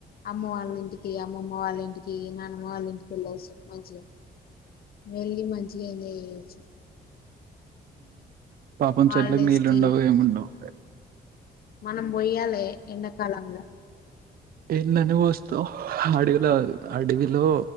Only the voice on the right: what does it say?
పాపం
చెట్ల నీళ్ళండవ్
ఏముండవ్
తేల్ నన్నీ పోస్తవ్ ఆడ్గా ఇలా అడవిలో